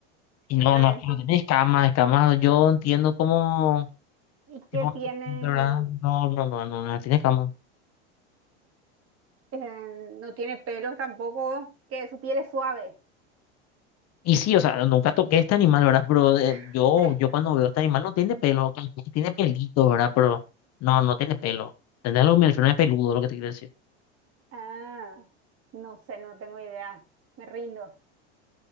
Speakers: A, on the left; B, on the right.
A: Y
B: Pero
A: no,
B: que
A: no,
B: entonces-
A: no tiene escamas, escamas, yo entiendo cómo,
B: y
A: tipo,
B: que tiene,
A: no entiendo, ¿verdad? No, no, no, no, no tiene escamas.
B: eh, no tiene pelos tampoco, que su piel es suave.
A: Y sí, o sea, nunca toqué este animal, ¿verdad? Pero eh,
B: <laughs>
A: yo, yo cuando veo este animal no tiene pelo, ok, sí tiene pelitos, ¿verdad? Pero no, no tiene pelo. Tendrá lo que me refiero, no es peludo, lo que te quiero decir.
B: Ah, no sé, no tengo idea. Me rindo.